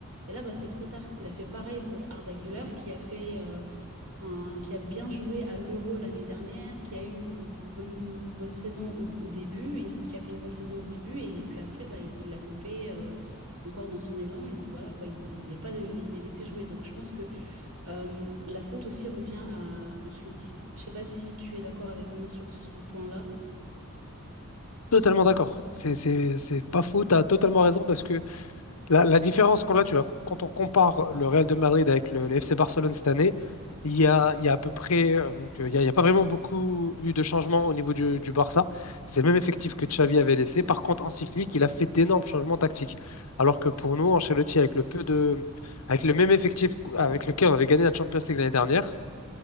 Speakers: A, on the right; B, on the left.
A: Et là, bah, c'est trop tard. Il a fait pareil pour Arda Güler qui a fait. euh, un- qui a bien joué à l'Euro l'année dernière, qui a eu une bonne, bonne saison au, au début, et qui a fait une bonne saison au début, et puis après, bah, il il l'a coupé euh, encore dans son élan, et voilà, quoi, il ne voulait pas les, les- les laisser jouer. Donc je pense que euh, la faute aussi revient à Ancelotti. Je sais pas si tu es d'accord avec moi sur ce point-là.
B: Totalement d'accord. C'est, c'est, c'est pas fou. T'as totalement raison parce que La, la différence qu'on a, tu vois, quand on compare le Real de Madrid avec le, le FC Barcelone cette année, il y a, il y a à peu près, euh, donc euh, il n'y a, il y a pas vraiment beaucoup eu de changements au niveau du, du Barça. C'est le même effectif que Xavi avait laissé. Par contre, Hansi Flick, il a fait d'énormes changements tactiques. Alors que pour nous, Ancelotti, avec le peu de, avec le même effectif avec lequel on avait gagné la Champions League l'année dernière,